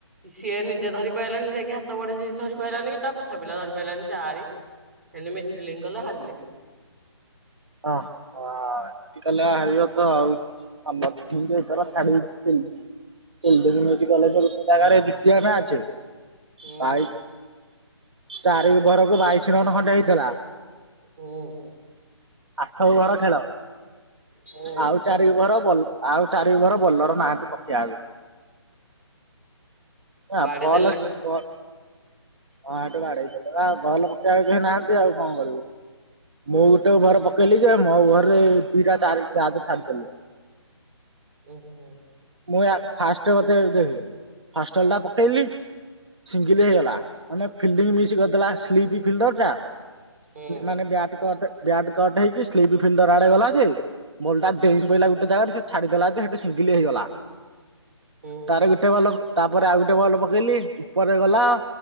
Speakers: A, on the right (about 30°); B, on the right (about 70°).
A: ସିଏ ନିଜେ ଧରି ପାରିଲାନି ଯାଇକି ହାତ ବଢେଇ ଦେଇଚି। ଧରି ପାରିଲାନି କି ତା ପଛ ପିଲା ଧରି ପାରିଲାନି ଚାରି ହେଲେ ମିସ ଫିଲିଙ୍ଗ କଲେ ହାରିଲେ।
B: ଓ ହ ଏତି କଲେ ଭାବିବତ ଆଉ ଆମେ ବଞ୍ଚିବୁ ଯେ ଏଥର। ଛା କ ଗୋଟେ ବିଡାନାସୀ କଲେଜରେ ଦ୍ୱିତୀୟଟା ଅଛି।
A: ହୁଁ
B: ଭାଇ ଚାରି ଓଭାରକୁ ବାଇଶି ରନ ଖଣ୍ଡେ ହେଇଥିଲା।
A: ହୁଁ।
B: ଆଠ ଓଭର ଖେଳ
A: ହୁଁ
B: ଆଉ ଚାରି ଓଭର ଆଉ ଚାରି ଓଭର ବୋଲର ନାହାଁନ୍ତି ପକେଇଆକୁ
A: ବାଡେଇ
B: ଆଉ ଵଲ
A: ଦେଲେ ନା କଣ?
B: ବଲ। ହଁ ହାଠୁ ବାଡେଇଦଲେବା ବଲ ପକେଇବା କେହି ନାହାନ୍ତି ଆଉ କଣ କରିବୁ ମୁଁ ଟେ ଉଭର ପକେଇଲି ଯେ ମୋ ଉଭରରେ ଦିଟା ଚାରଜ କ୍ୟଚ ଛାଡ଼ି ଦେଲି।
A: ଉ ହୁଁ।
B: ମୁଁଆ ଫାଷ୍ଟ ମତେ ଫାଷ୍ଟ ଲପକେଇଲି ସିଙ୍ଗିଲ ହେଇଗଲା ମାନେ ଫିଲ୍ଡିଙ୍ଗ ମିସ୍ କରଦେଲା ସ୍ଲିପ ଫିଲ୍ଡରଟା
A: ହୁଁ
B: ମାନେ ବ୍ୟାଟ କଟ୍ ବ୍ୟାଟ କଟ ହେଇକି ସ୍ଲିପ ଆଡେ ଗଲାଯେ ବଲଟା
A: ହୁଁ
B: ଡେଇ ପଇଲା ଗୋଟେ ଜାଗାରେ ସେ ଛାଡ଼ିଦେଲା ଯେ ହେଟୁ ଶିଙ୍ଗିଲ୍ ହେଇଗଲା।
A: ହୁଁ
B: ତାର ଗୋଟେ ବଲ ତାପରେ ଆଉ ଗୋଟେ ବଲ ପକେଇଲି ଉପରେ ଗଲା